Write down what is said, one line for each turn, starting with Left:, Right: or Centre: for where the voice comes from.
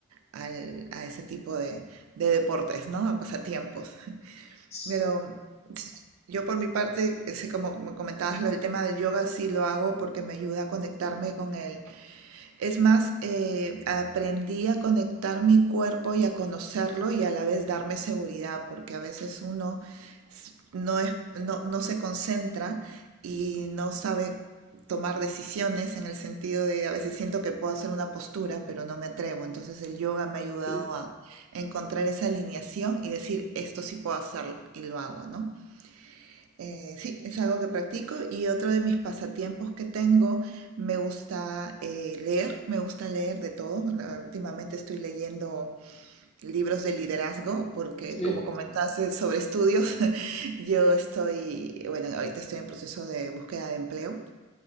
Right: al- a ese tipo de, de deportes, ¿no? A pasatiempos.
Left: sí,
Right: Pero yo por mi parte, sí, como como comentabas, lo- el tema del yoga sí lo hago porque me ayuda a conectarme con el, es más, eh, aprendí a conectar mi cuerpo y a conocerlo y a la vez darme seguridad, porque a veces uno no es, no, no se concentra y no sabe tomar decisiones en el sentido de a veces siento que puedo hacer una postura, pero no me atrevo. Entonces el yoga me ha ayudado
Left: sí,
Right: a encontrar esa alineación y decir, esto sí puedo hacerlo y lo hago, ¿no? Eh, sí, es algo que practico y otro de mis pasatiempos que tengo, me gusta eh, leer, me gusta leer de todo. La- Últimamente estoy leyendo libros de liderazgo porque,
Left: sí,
Right: como comentaste sobre estudios, <laughs> yo estoy, bueno, ahorita estoy en proceso de búsqueda de empleo